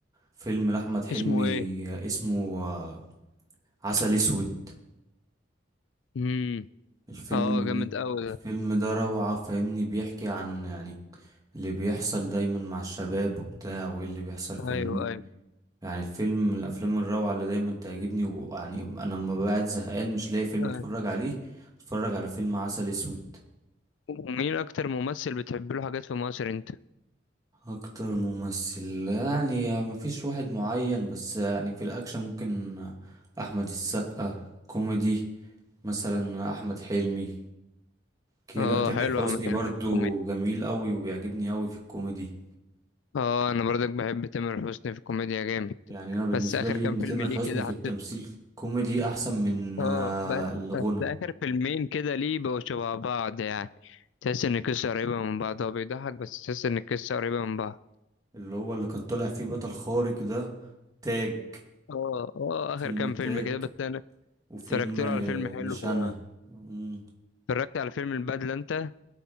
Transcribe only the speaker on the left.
اسمه إيه؟
أمم
أه جامد أوي
ده
أيوه أيوه
أيوه.
ومين أكتر ممثل بتحب له حاجات في مصر أنت؟
أه
حلو
أحمد
حلمي في الكوميديا
أه أنا برضك بحب تامر حسني في الكوميديا جامد
بس آخر
كام
فيلم
ليه
كده
اه ب-
بس آخر فيلمين كده ليه بقوا شبه بعض يعني تحس إن القصة قريبة من بعض هو بيضحك بس تحس إن القصة قريبة من بعض
اه اه
آخر كام
فيلم كده بس أنا
اتفرجت له
على فيلم حلو
اتفرجت على فيلم البدلة أنت